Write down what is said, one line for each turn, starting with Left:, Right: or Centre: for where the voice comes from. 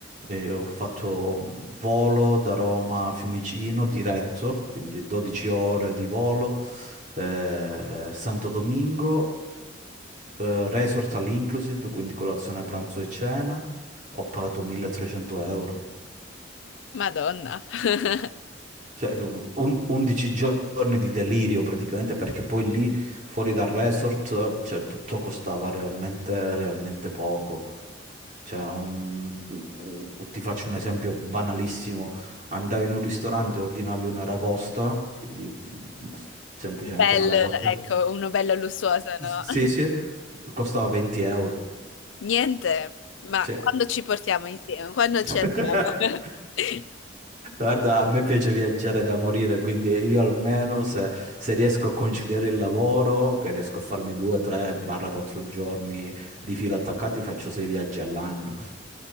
Right: eh, ho fatto mm, volo da Roma a Fiumicino diretto, quindi 12 ore di volo, eh, Santo Domingo, eh, resort all inclusive, quindi colazione, pranzo e cena, ho pagato 1300 euro.
Left: Madonna. <laughs>
Right: Cioè, on- 11 giorni di delirio praticamente perché poi lì fuori dal resort, cioè, tutto costava realmente, realmente poco. Cioè, un- un- ti faccio un esempio banalissimo. Andavi in un ristorante, ordinavi una ragosta, quindi mm, semplicemente
Left: Un bel,
Right: una ragosta.
Left: ecco, uno bello lussuoso, no?
Right: Sì,
Left: <laughs>
Right: sì, costava 20 euro.
Left: Niente, ma
Right: Cioè.
Left: quando ci portiamo insieme, quando
Right: <laughs>
Left: ci andiamo? <laughs>
Right: Guarda, a me piace viaggiare da morire, quindi io almeno se, se riesco a conciliare il lavoro, che riesco a farmi due, tre, barra quattro giorni di fila attaccati, faccio sei viaggi all'anno.